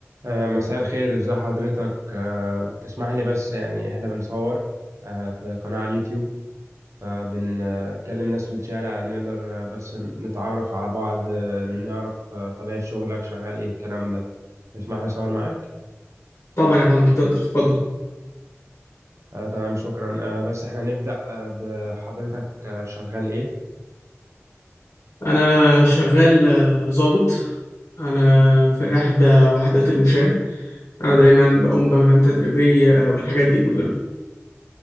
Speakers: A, on the right (about 75°); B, on the left (about 70°).
A: آه، مساء الخير ازي حضرتك آه، تسمح لي بس يعني احنا بنصور آه، في قناة على اليوتيوب فبنكلم ناس في الشارع نقدر آه، بس نتعرف على بعض آه، نعرف آه، طبيعة شغلك شغال ايه الكلام ده تسمح لي اصور معاك
B: طبعا يا فندم تقدر تفضل
A: آه، تمام شكرا آه، بس احنا نبدأ آه، بحضرتك آه، شغال ايه
B: انا شغال آه، ضابط انا في احدى وحدات المشاة انا دايما بقوم بمهام تدريبية آه، والحاجات دي كلها